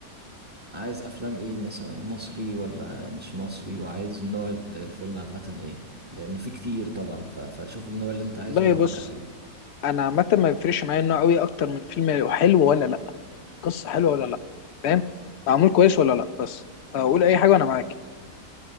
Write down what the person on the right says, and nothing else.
عايز افلام ايه مثلا مصري ولا مش مصري وعايز نوع ال- الفيلم عامه ايه لان في كتير طبعا ف- فشوف النوع اللي انت
عايزه واقول
لك عليه